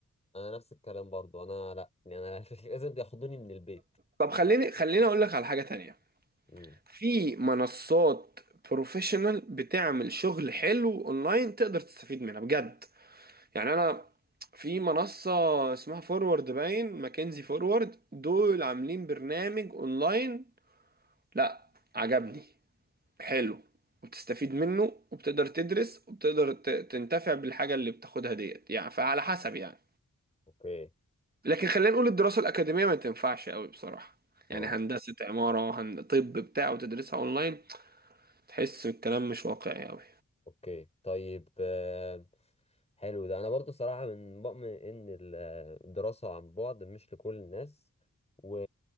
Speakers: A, on the left; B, on the right.
A: انا نفس الكلام برضو انا لا يعني انا <laughs> لازم ياخدوني من البيت
B: طب خليني خليني أقول لك على حاجة تانية
A: امم
B: في منصات بروفيشنال بتعمل شغل حلو أونلاين تقدر تستفيد منها بجد يعني أنا في منصة اسمها فورورد باين ماكنزي فورورد دول عاملين برنامج أونلاين لا عجبني حلو وبتستفيد منه وبتقدر تدرس وبتقدر ت- تنتفع بالحاجة اللي بتاخدها ديت يعني فعلى حسب يعني
A: اوكي
B: لكن خلينا نقول الدراسة الأكاديمية ما تنفعش قوي بصراحة
A: اه
B: يعني هندسة عمارة هند... طب بتاع وتدرسها أونلاين تحس الكلام مش واقعي قوي
A: اوكي طيب آه، حلو ده انا برضو صراحه من مؤمن ان ال- آه، الدراسه عن بعد مش لكل الناس و